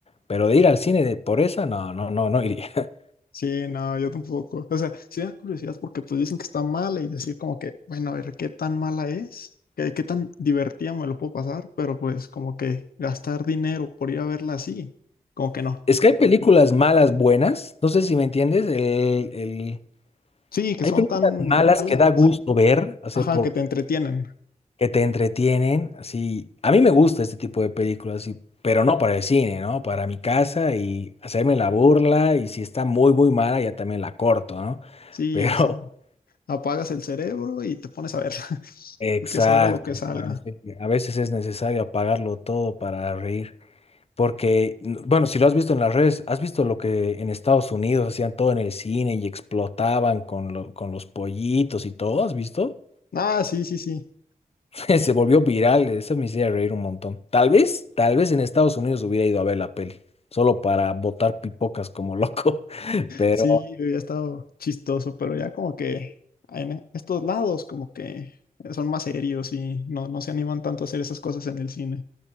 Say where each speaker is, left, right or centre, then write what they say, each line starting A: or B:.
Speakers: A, on the left; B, on the left.
A: Pero de ir al cine de por esa, no, no, no, no iría. <laughs>
B: Sí, no, yo tampoco. O sea, sí me da curiosidad porque pues dicen que está mala y decir como que, bueno, a ver qué tan mala es, qué, qué tan divertida me lo puedo pasar, pero pues como que gastar dinero por ir a verla así, como que no.
A: Es que hay películas malas, buenas. No sé si me entiendes. el el
B: Sí, que
A: Hay
B: son
A: películas
B: tan
A: malas
B: malas.
A: que da gusto ver, así
B: Ajá,
A: por
B: que te entretienen.
A: que te entretienen, así. A mí me gusta este tipo de películas, así, pero no para el cine, ¿no? Para mi casa y hacerme la burla y si está muy muy mala ya también la corto, ¿no?
B: Sí,
A: Pero
B: así. Apagas el cerebro y te pones a verla. <laughs>
A: <laughs> exacto,
B: Y que salga lo que salga.
A: hermano, sí, a veces es necesario apagarlo todo para reír, porque bueno, si lo has visto en las redes, has visto lo que en Estados Unidos hacían todo en el cine y explotaban con lo- con los pollitos y todo, ¿has visto?
B: Ah, sí, sí, sí.
A: <laughs> Se volvió viral, eso me hacía reír un montón. Tal vez, tal vez en Estados Unidos hubiera ido a ver la peli, solo para botar pipocas como loco, <laughs> pero
B: Sí, había estado chistoso, pero ya como que en estos lados como que son más serios y no, no se animan tanto a hacer esas cosas en el cine.